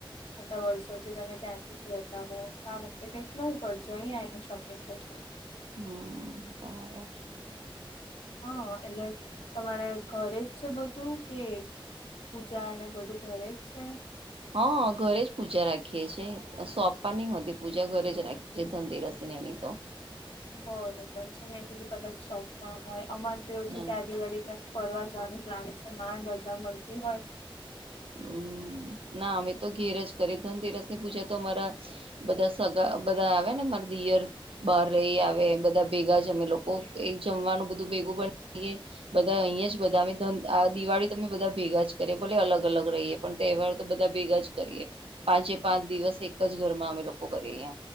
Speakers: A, on the left; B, on the right.
A: આટલા વર્ષોથી તમે ત્યાંથી જ રહેતા હો તો આ વખતે કંઈક નવું કરજો અહીં આવીને શોપિંગ કરજો.
B: હ બરાબર છે.
A: હા એટલે તમારે ઘરે જ છે, બધું કે. પૂજા અને બધું ઘરે જ છે.
B: હા ઘરે જ પૂજા રાખીએ છીએ સોંપવાની હોતી પૂજા ઘરે જ રાખી છીએ ધંનતેરસી ને એની તો.
A: બરોબર છે, મેં કીધું કદાચ ચોકમાં હોય અમાર કેવું
B: ના
A: છે, <unintelligible>
B: ના.
A: આ દિવાળી ક્યાંક. ફરવા જવાનું પ્લાન છે, ન રજા મળતી હોય.
B: હમ ના અમે તો ઘેર જ કરીએ ધનતેરસ ની પૂજા તો અમારા. બધા સગા બધા આવે ને મારા દિયર. બહાર રહી આવે બધા ભેગા જમે લોકો એક જમવાનું બધું ભેગું <unintelligible> બધા અહીં જ બધા અમે <unintelligible> આ દિવાળી તમે બધા ભેગા જ કરે બોલે અલગ. અલગ રહીએ પણ તહેવાર તો બધા ભેગા જ કરીએ. પાંચે પાંચ દિવસ એક જ ઘર માં અમે લોકો કરીએ